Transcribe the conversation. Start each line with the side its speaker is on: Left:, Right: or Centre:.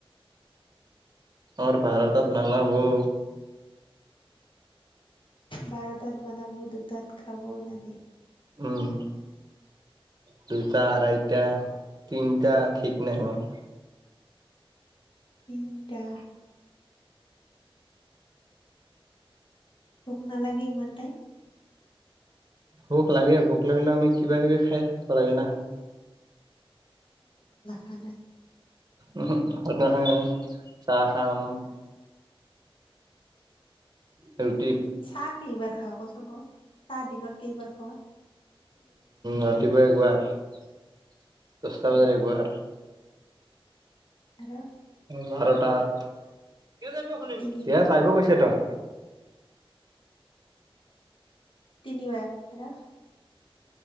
Right: ম ভাৰতত বানাবো।
Left: বাৰটাত বনাব দুটাত খাব নেকি?
Right: উম, দুটা আহেইটা তিনিটা এতিয়া ঠিক নাই আমাৰ।
Left: তিনটা ভোক নালাগে ইমান টাইম?
Right: ভোক লাগে ভোক লাগিলে আমি কিবা কিবি খাই থাকিবা লাগে না।
Left: ভালে,
Right: ওহোঁক ভাত নাখাওঁ আৰু চাহ খাম উ <unintelligible>
Left: চাহ কি এইবাৰ খা কচোন ক? চাহ দিনত কেইবা খোৱা
Right: ৰাতিপুৱা একবাৰ, দহটা
Left: আৰু
Right: বজাত একবাৰ,
Left: আৰু
Right: ভাৰতাত এয়া
Left: তিনি
Right: চাই কৈছে তো
Left: তিনিিবাৰ হ